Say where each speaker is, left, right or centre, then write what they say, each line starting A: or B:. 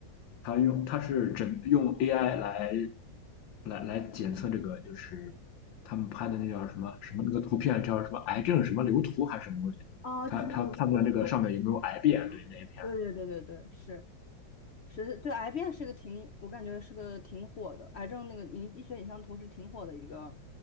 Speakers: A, on the left; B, on the left.
A: 他用他是整用 AI 来来来检测这个，就是他们拍的那叫什么什么那个图片叫什么癌症什么瘤图还是什么东西，
B: 啊，
A: 他他判断这个上面有没有癌变，
B: 就是那个肿瘤的那个对对对对对，
A: 对那一片，
B: 是是，对，癌变是个挺，我感觉是个挺火的，癌症那个医医学影像图是挺火的一个